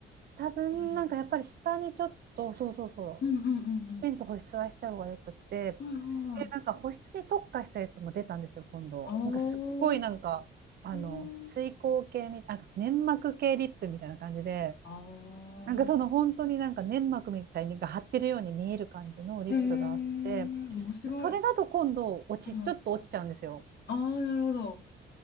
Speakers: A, on the right; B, on the left.
A: 多分なんかやっぱり下にちょっと、
B: それなりに。
A: そうそうそう、
B: うんうんうん
A: きちんと保湿はした方がよくて、
B: うん。はいはい。
A: で、なんか保湿に特化したやつも出たんですよ、今度。
B: あー、
A: なんかすっごいなんか、あの、
B: えー、
A: 水光系みなんか粘膜系リップみたいな感じで、
B: あ
A: なんかその本当になんか粘膜みたいにが張ってるように見える感じのリップがあって、
B: ー、えー、面白い。
A: それだと今度落ち、
B: うんあ
A: ちょっと落ちちゃうんですよ。
B: あー、なるほど。